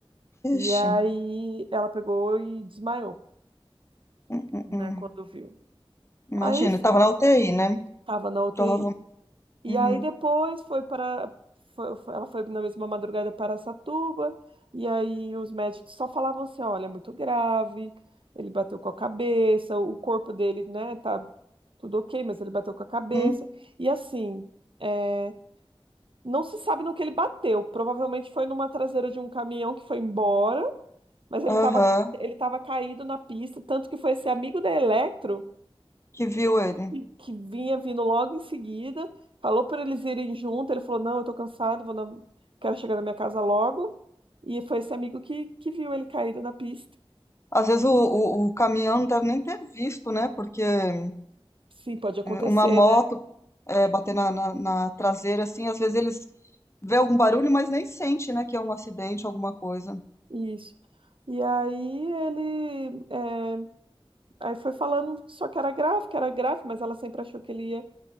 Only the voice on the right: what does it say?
E
aí ela pegou e desmaiou,
né,
quando viu. Aí
f-
tava na UTI.
E
aí depois foi para foi- foi- ela foi na mesma madrugada para Satuba e aí os médicos só falavam assim, olha, é muito grave, ele bateu com a cabeça, o corpo dele, né, tá tudo ok, mas ele bateu com a cabeça.
E assim, é, não se sabe no que ele bateu. Provavelmente foi numa traseira de um caminhão que foi embora Mas ele
estava ele tava caído na pista, tanto que foi esse amigo da Electro
que, que vinha vindo logo em seguida, falou para eles irem junto, ele falou, não, eu tô cansado, vou na- quero chegar na minha casa logo. E foi esse amigo que, que viu ele caído na pista.
Sim, pode acontecer,
né?
Isso. E aí ele é, aí foi falando só que era grave, que era grave, mas ela sempre achou que ele ia